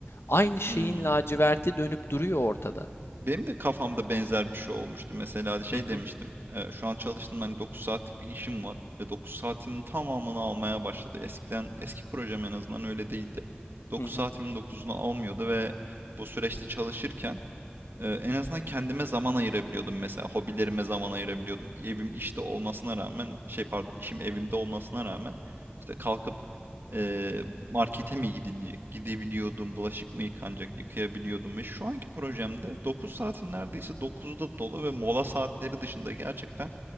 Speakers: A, on the left; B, on the right.
A: aynı şeyin
B: Hmm.
A: laciverti dönüp duruyor ortada.
B: Benim de kafamda benzer bir şey olmuştu. Mesela şey
A: Hı
B: demiştim.
A: hı
B: e, şu an çalıştığım hani 9 saatlik bir işim var ve 9 saatinin tamamını almaya başladı. Eskiden eski projem en azından öyle değildi. 9
A: hı hı.
B: saatimin 9'unu almıyordu ve bu süreçte çalışırken ee, en azından kendime zaman ayırabiliyordum mesela. Hobilerime zaman ayırabiliyordum. Evim işte olmasına rağmen şey pardon işim evimde olmasına rağmen işte kalkıp e, markete mi gidilecek? Gidebiliyordum. Bulaşık mı yıkanacak? Yıkayabiliyordum ve şu anki projemde 9 saatin neredeyse 9'u da dolu ve mola saatleri dışında gerçekten